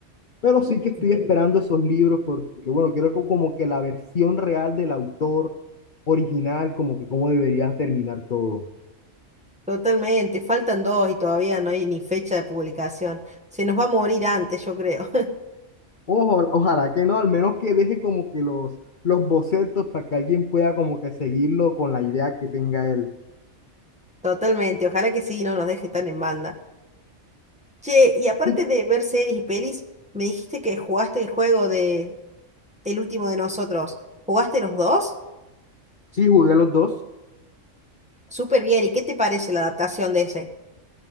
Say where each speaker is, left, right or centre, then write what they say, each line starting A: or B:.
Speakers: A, on the left; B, in the centre.
A: Pero sí
B: <laughs>
A: que estoy esperando esos libros porque, bueno, quiero co- como que la versión real del autor original, como que cómo debería terminar todo.
B: Totalmente, faltan dos y todavía no hay ni fecha de publicación. Se nos va a morir antes, yo creo.
A: Ojo- ojalá que no, al menos que deje como que los, los bocetos para que alguien pueda como que seguirlo con la idea que tenga él.
B: <laughs> Totalmente, ojalá que sí, no nos deje tan en banda. Che, y aparte
A: Sí, que-
B: de ver series y pelis, me dijiste que jugaste el juego de El último de nosotros. ¿Jugaste los dos?
A: sí, jugué los dos.
B: Súper bien, ¿y qué te parece la adaptación de ese?